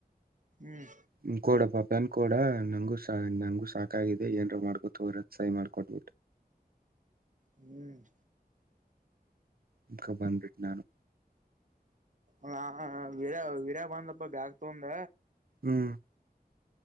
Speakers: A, on the right; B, on the right.
A: ಹ್ಮ್
B: ಹ್ಮ್ ಕ ಕೊಡ ಪ ಪ್ಯಾನ್ ಕಡ ನಂಗೂ ನಂಗೂ ಸಾಕಾಗಿದೆ ಏನ್ರ ಮಾಡ್ಕೊತ ಹರ ಸಹಿ ಮಾಡ್ಕೊಟ್.
A: ಹ್ಮ್
B: ಅ ಕ ಬಂದ್ಬಿಟ್ಟ ನಾನು.
A: ಯ ವಡ ವೀಡ್ಯ ಬಂದಪ್ಪ ಬ್ಯಾಗ್ ತಂದ.
B: ಹ್ಮ್